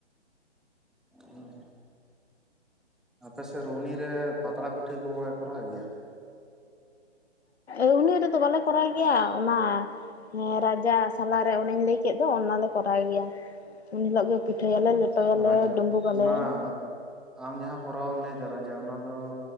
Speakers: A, in the centre; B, on the left.
A: <inaudible> ᱟᱯᱮᱥᱮᱫ ᱨᱩᱦᱱᱤ ᱨᱮ ᱯᱟᱛᱲᱟ ᱯᱤᱴᱷᱟᱹ ᱠᱚᱜᱮ ᱠᱚᱨᱟᱣ ᱜᱮᱭᱟ?
B: ᱨᱩᱦᱱᱤ ᱨᱮᱫᱚ ᱵᱟᱞᱮ ᱠᱚᱨᱟᱣ ᱜᱮᱭᱟ ᱚᱱᱟ ᱨᱟᱡᱟ ᱥᱟ ᱥᱟᱞᱟᱨᱮ ᱚᱱᱤᱧ ᱞᱟᱹᱭ ᱠᱮᱫ ᱫᱚ ᱚᱱᱟᱞᱮ ᱠᱚᱨᱟᱣ ᱜᱮᱭᱟ, ᱩᱱ ᱦᱤᱞᱳᱜ ᱜᱮ ᱯᱤᱴᱷᱟᱹ ᱭᱟᱞᱮ ᱞᱮ ᱴᱚ ᱭᱟᱞᱮ
A: ᱨᱟᱡᱽ
B: ᱰᱩᱸᱵᱩᱜ ᱜᱟᱞᱮ
A: ᱚᱱᱟ
B: ᱾
A: ᱟᱢ ᱡᱟᱦᱟᱸ ᱯᱚᱨᱚᱵᱽ ᱮᱢ ᱞᱟᱹᱭᱫᱟ ᱨᱟᱡᱟ ᱚᱱᱟ ᱫᱚ